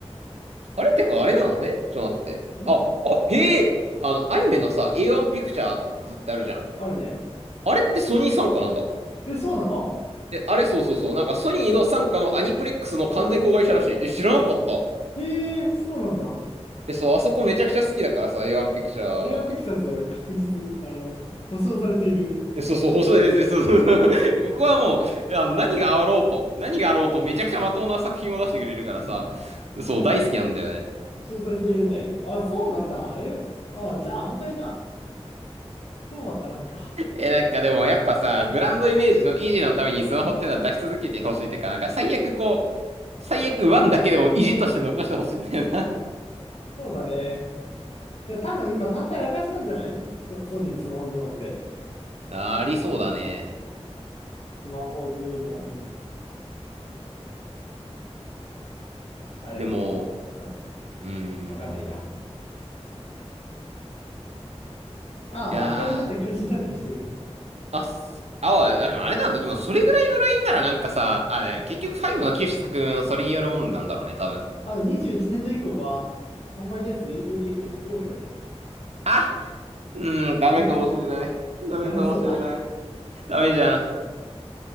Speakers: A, on the right; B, on the left.
A: あれってかあれなのえちょっと待って。
B: ん
A: あ、あ、へえ、あの、アニメのさ、A1 ピクチャーズってあるじゃん。
B: あるね。
A: あれってソニー傘下なんだ。
B: え、そうなの
A: え、あれそうそうそう。なんかソニーの傘下のアニプレックスの完全子会社らしい。え、知らなかった。
B: ええそうなんだ。
A: え、そう、あそこめちゃくちゃ好きだからさ、A1 ピクチャー。
B: エアーピクチャーズは確実、あの、保証されている。
A: えそうそう、細いです。<laughs> 僕はもう、いや何があろうと、何があろうとめちゃくちゃまともな作品を出してくれるからさ、
B: うん。
A: そう、大好きなんだよね。
B: 保証されているね。あ、そうなんだ。え、あ、じゃあ安泰じゃん。そうはならんか。
A: え、なんかでもやっぱさ、ブランドイメージの維持のためにスマホってのは出し続けてほしいっていうか、なんか最悪こう、最悪ワンだけでも維持として残してほしいんだよ
B: そうだね。いや、多分今単体赤字なんじゃないソ、ソニーのスマホ部門って。
A: な。<laughs> ありそうだね。
B: スマホ部門、あれ。
A: でも、
B: うん。
A: うーん。
B: わかんないや。ああ、
A: いやー、
B: まあ赤字になったり黒字になったりしてる。
A: あ、すあ、
B: え
A: あでもあれなんだ。でもそれぐらいならなんかさ、あ、でも結局5の9種作目のそれによるもんなんだろうね、
B: うん。
A: 多分。
B: あの、21年度以降は、販売台数営業利益が非公表になってる。
A: あうん、ダメかもしれない。
B: ダメかも。
A: ダメかもしれない。
B: ダメそうだ。
A: ダメじゃん。